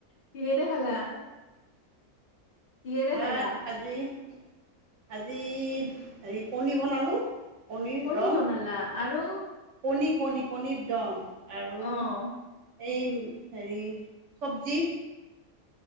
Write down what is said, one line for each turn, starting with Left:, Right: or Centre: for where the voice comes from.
Left: কিহে দি খালা? কিহেৰে
Right: ভাত
Left: খালা?
Right: আজি- আজি হেৰি, কণী বনালো। কণীৰ
Left: কণী
Right: দম।
Left: বনালা আৰু-
Right: কণী, কণী, কণীৰ দম। আৰু
Left: অঁহ
Right: এই হেৰি, চবজি-